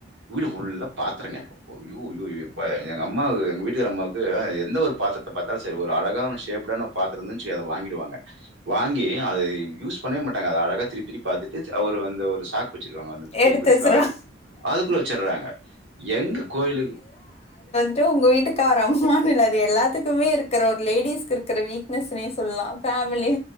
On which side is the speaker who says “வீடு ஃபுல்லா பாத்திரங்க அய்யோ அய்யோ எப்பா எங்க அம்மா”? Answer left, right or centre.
Right